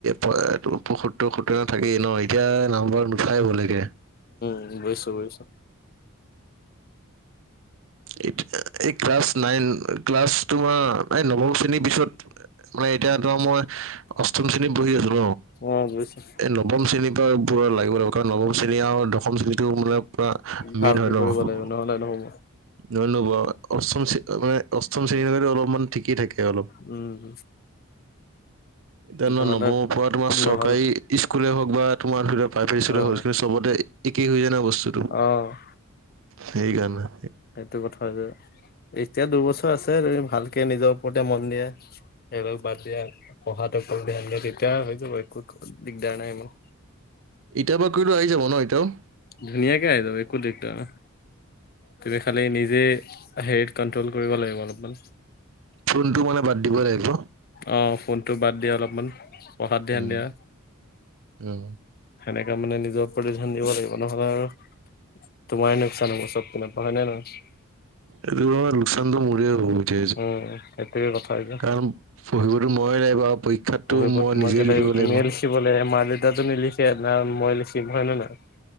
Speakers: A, on the right (about 65°); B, on the left (about 45°).
A: পয় পসত্তৰ সত্তৰ থাকে ন' এতিয়া নাম্বাৰ নুঠাই হলেগে
B: উম, বুইছো বুইছো
A: এ এই ক্লাছ নাইন ক্লাছ তোমাৰ এই নৱম শ্ৰেণীৰ পিছত মানে এতিয়া ত মই অষ্টম শ্ৰেণীত পঢ়ি আছোঁ
B: অ বুজিছো।
A: ন ৱম শ্ৰেণীৰ পৰা পোৰা লাগিব লাগিব কাৰণ নৱম শ্ৰেণী আৰু দশম শ্ৰেণীটো মানে তোমাৰ
B: ভালকে
A: মেইন হয় ন
B: কৰিব লাগিব নহ'লে নহ'ব
A: ধন্যবাদ অষ্টম মানে অষ্টম শ্ৰেণীৰ বাবেটো অলপমান ঠিকেই থাকে অলপ
B: উম
A: এতিয়া
B: নহ'লে
A: নৱমৰ পৰা তোমাৰ চৰকাৰী
B: নহ'ল
A: স্কুলে হওঁক বা তোমাৰ ধৰি লক প্ৰাইভেড স্কুলে
B: অ
A: হওঁক চবতে একেই হৈ যাই ন বস্তুটো
B: অ
A: সেইকাৰণে
B: সেইটো কথা হৈছে যে এতিয়া দুবছৰ আছে তুমি ভালকে নিজৰ ওপৰতে মন দিয়া এইবিলাক বাদ দিয়া পঢ়াটো অকল ধ্যান দিয়া তেতিয়া হৈ যাব একো দিগদাৰ নাই ইমান
A: ইতিয়াৰ পৰা কৰিলোঁ আহি যাব ন এতিয়াওঁ
B: ধুনীয়া কে আহি যাব একো দিগদাৰ নাই তুমি খালি নিজে হেৰিত কন্ট্ৰল কৰিব লাগিব অলপমান
A: ফোনটো মানে বাদ দিব লাগিব
B: অ ফোনটো বাদ দি অলপমান পঢ়াত ধ্যান
A: উম
B: দিয়া
A: উম
B: সেনেকা মানে নিজৰ প্ৰতিধ্যান দিব লাগিব নহ'লে আৰু তোমাৰে লোকচান হব চবপিনৰ পৰা হয় নে নহয়
A: এইটো বাৰু লোকচানটো মোৰে হ'ব
B: উম সেইটোৱে কথা এতিয়া।
A: কাৰণ পঢ়িবতো মইএ লাগিব আৰু পৰীক্ষাতটো
B: পঢ়িব
A: মই
B: তোমাকে
A: নিজেই লিখিব
B: তুমিয়ে
A: লাগিব
B: লিখিব লাগে মা দেউতাটো নিলিখে ন মই লিখিম হয় নে নহয় নয়